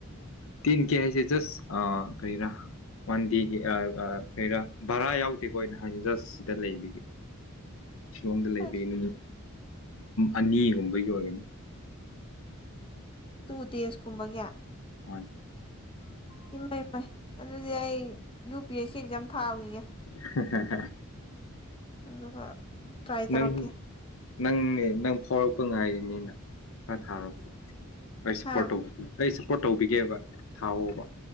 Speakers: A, on the left; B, on the left.
A: ꯇꯤꯟ ꯀꯦ ꯍꯥꯏꯁꯦ ꯖꯁ ꯑ ꯀꯔꯩ ꯔ ꯋꯥꯟꯗꯦꯒꯤ ꯑ ꯑ ꯀꯩꯔꯥ ꯚꯥꯔꯥ ꯌꯥꯎꯗꯦꯀꯣ ꯑꯩꯅ ꯍꯥꯏ ꯖꯁ ꯁꯤꯗ ꯂꯩꯕꯤꯒꯤ
B: <inaudible>
A: ꯁꯤꯂꯣꯡꯗ ꯂꯩꯕꯒꯤ
B: ꯑꯁ
A: ꯅꯨꯃꯤꯠ ꯑꯅꯤꯒꯨꯝꯕꯒꯤ ꯑꯣꯏꯒꯅꯤ
B: ꯇꯨ ꯗꯦꯖ ꯀꯨꯝꯕꯒꯤ
A: ꯍꯣꯏ
B: ꯏꯃꯩ ꯃꯩ ꯑꯗꯨꯗꯤ ꯑꯩ U P S C exam ꯊꯥꯎꯒꯤꯒꯦ
A: ꯍ ꯍ ꯍ
B: ꯑꯗꯨꯒ ꯇ꯭ꯔꯥꯏ ꯇꯧꯔꯛꯀꯦ
A: ꯅꯪ ꯅꯪꯅꯦ ꯅꯪ ꯐꯥꯎꯔꯛꯄ ꯉꯥꯏꯔꯤꯅꯤꯅ ꯈꯔ ꯊꯥꯔꯣ ꯑꯩ ꯁꯞꯄꯣꯔꯠ
B: ꯍꯥ
A: ꯑꯩ ꯁꯞꯄꯣꯔꯠ ꯇꯧꯕꯤꯒꯦꯕ ꯊꯥꯎꯑꯣꯕ